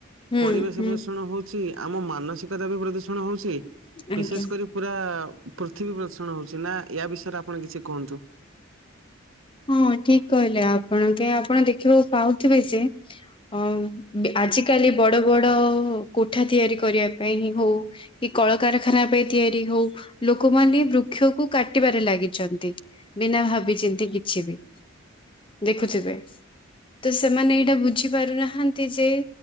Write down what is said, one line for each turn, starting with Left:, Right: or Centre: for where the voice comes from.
Left: ହୁଁ
Right: ପରିବେଶ
Left: ହୁଁ
Right: ପ୍ରଦୂଷଣ ହଉଛି ଆମ ମାନସିକତା ବି ପ୍ରଦୂଷଣ ହଉଛି
Left: ଆଜ୍ଞା
Right: ବିଶେଷ କରି ପୁରା ପୃଥିବୀ ପ୍ରଦୂଷଣ ହଉଛି ନା ୟା ବିଷୟରେ ଆପଣ କିଛି କୁହନ୍ତୁ?
Left: ହଁ ଠିକ କହିଲେ ଆପଣ କେ ଆପଣ ଦେଖିବାକୁ ପାଉଥିବେ ଯେ ଅ ଆଜିକାଲି ବଡ ବଡ କୋଠା ତିଆରି କରିବା ପାଇଁ ହିଁ ହଉ କି କଳକାରଖାନା ପାଇଁ ତିଆରି ହଉ ଲୋକମାନେ ବୃକ୍ଷ କୁ କାଟିବାରେ ଲାଗିଛନ୍ତି। ବିନା ଭାବି ଚିନ୍ତିକିଛି ବି ଦେଖୁଥିବେ। ତ ସେମାନେ ଏଇଟା ବୁଝି ପାରୁନାହାନ୍ତି ଯେ